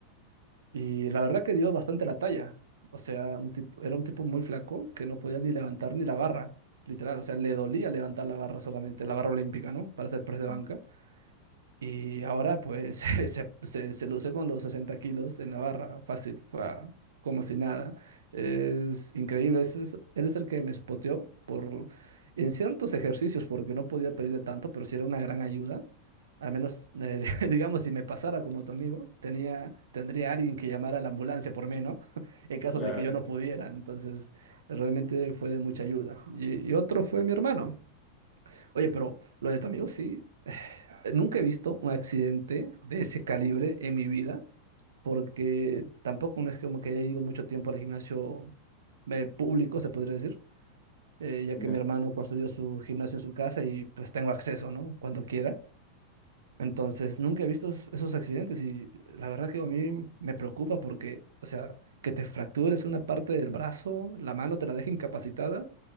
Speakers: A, on the right; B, on the left.
A: Y la verdad que dio bastante la talla. O sea, un tipo, era un tipo muy flaco que no podía ni levantar ni la barra, literal. O sea, le dolía levantar la barra solamente, la barra olímpica, ¿no? Para hacer press de banca.
B: Ah,
A: Y ahora pues <laughs> se, se, se luce con los 60 kilos en la barra, fácil, fua, como si nada. Es increíble, ese es, él es el que me spoteó por, en ciertos ejercicios, porque no podía pedirle tanto, pero sí era una gran ayuda. Al menos, eh, <laughs> digamos, si me pasara como tu amigo, tenía, tendría alguien que llamara a la ambulancia por mí, ¿no? <laughs> En caso
B: Claro,
A: de que yo no
B: eso
A: pudiera. Entonces, realmente fue de mucha ayuda. y y otro fue mi hermano. Oye, pero lo de tu amigo sí. Nunca he visto un accidente de ese calibre en mi vida, porque tampoco no es como que haya ido mucho tiempo al gimnasio eh, público, se podría decir, eh, ya
B: sí,
A: que
B: no,
A: mi hermano construyó su gimnasio en su casa y pues tengo acceso, ¿no? Cuando quiera. Entonces, nunca he visto es- esos accidentes y la verdad que a mí me preocupa porque, o sea, que te fractures una parte del brazo, la mano te la deja incapacitada,